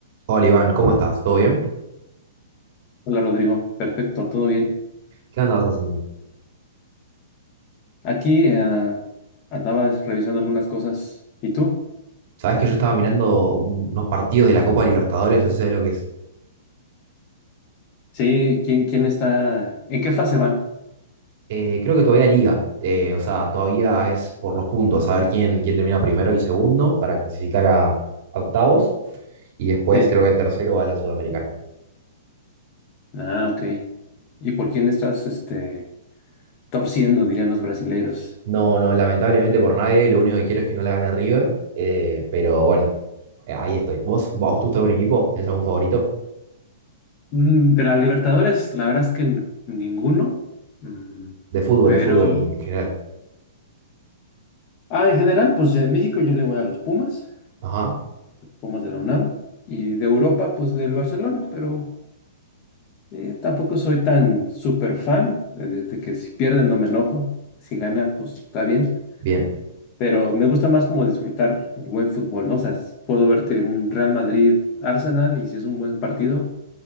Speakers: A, on the right (about 40°); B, on the left (about 25°).
A: Hola Iván, ¿cómo estás? ¿Todo bien?
B: Hola Rodrigo, perfecto, todo bien.
A: ¿Qué andabas haciendo?
B: Aquí eh, andaba revisando algunas cosas. ¿Y tú?
A: Sabes que yo estaba mirando un- unos partidos de la Copa Libertadores, no sé si sabes lo que es.
B: Sí, ¿quién, quién está? ¿En qué fase van?
A: Eh, creo que todavía liga, eh, o sea, todavía es por los puntos, a ver quién, quién termina primero y segundo para clasificar a, a octavos y después
B: Sí.
A: creo que el tercero va a la Sudamericana.
B: Ah, ok. ¿Y por quién estás este, torciendo, dirían los brasileiros?
A: No, no, lamentablemente por nadie, lo único que quiero es que no la gane River, eh, pero bueno, eh, ahí estoy. ¿Vos, vos te gusta algún equipo? ¿Tenés algún favorito?
B: Mm, de la Libertadores, la verdad es que n- ninguno. Mm,
A: De fútbol,
B: pero.
A: de fútbol en general.
B: Ah, en general, pues en México yo le voy a los Pumas,
A: Ajá,
B: Pumas de la UNAM. Y de Europa, pues del Barcelona, pero. Eh, tampoco soy tan super fan eh, de, de que si pierden no me enojo, si gana pues está bien,
A: bien.
B: pero me gusta más como disfrutar el buen fútbol, ¿no? O sea, s- puedo verte un Real Madrid Arsenal y si es un buen partido,